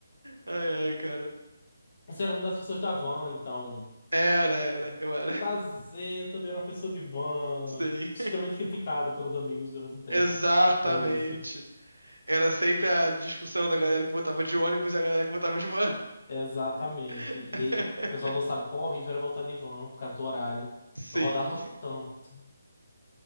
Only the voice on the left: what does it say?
Você era uma das pessoas da van, então.
Prazer, eu também era uma pessoa de van.
Extremamente criticado pelos amigos durante um tempo
por causa disso.
Exatamente.
E o pessoal não sabe quão horrível era voltar de van por causa do horário.
Eu rodava tanto.